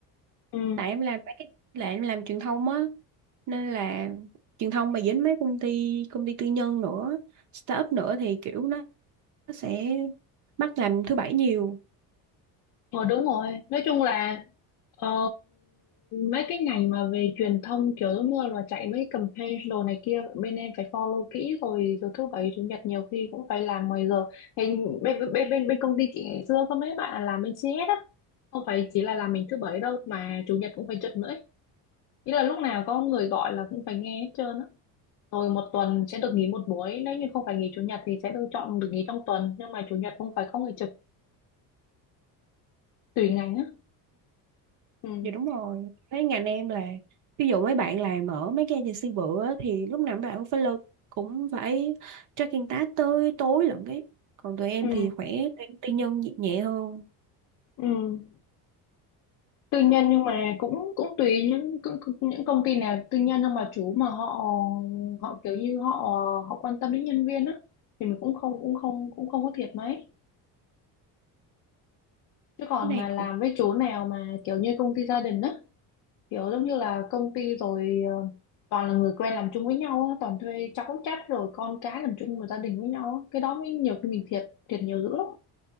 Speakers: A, on the left; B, on the right.
A: ừ
B: tại em làm mấy cái là em làm truyền thông á, nên là truyền thông mà dính mấy công ty công ty tư nhân nữa, startup nữa thì kiểu nó nó sẽ bắt làm thứ bảy nhiều.
A: Ờ đúng rồi, nói chung là ờ, mấy cái ngành mà về truyền thông kiểu giống như là chạy mấy campaign đồ này kia bên em phải follow kỹ rồi rồi thứ bảy chủ nhật nhiều khi cũng phải làm 10 giờ. Bên bên bên bên bên công ty chị ngày xưa có mấy bạn làm bên CS á, không phải chỉ là làm mình thứ bảy đâu mà chủ nhật cũng phải trực nữa. ấy. Ý là lúc nào có người gọi là cũng phải nghe hết trơn á. Rồi một tuần sẽ được nghỉ một buổi, nếu như không phải nghỉ chủ nhật thì sẽ được chọn được nghỉ trong tuần, nhưng mà chủ nhật cũng phải có người trực tùy ngành á. Ừ.
B: Dạ đúng rồi. Mấy ngành em là ví dụ mấy bạn làm ở mấy cái agency bự á, thì lúc nào mấy bạn cũng phải lơ cũng phải tracking task tới tối lận ấy. Còn tụi em
A: Ừ.
B: thì khỏe, tụi em tư nhân nhẹ nhẹ hơn.
A: Ừ. tư nhân nhưng mà cũng cũng tùy những cũng, cũng- những công ty nào tư nhân đâu mà chủ mà họ họ kiểu như họ họ quan tâm đến nhân viên á thì mình cũng không cũng không cũng không có thiệt mấy chứ còn
B: Cái này
A: mà làm
B: cũng
A: với chỗ nào mà kiểu như công ty gia đình á kiểu giống như là công ty rồi ờ, toàn là người quen làm chung với nhau á toàn thuê cháu chắt rồi con cái làm chung một gia đình với nhau á cái đó mới nhiều khi mình thiệt thiệt nhiều dữ lắm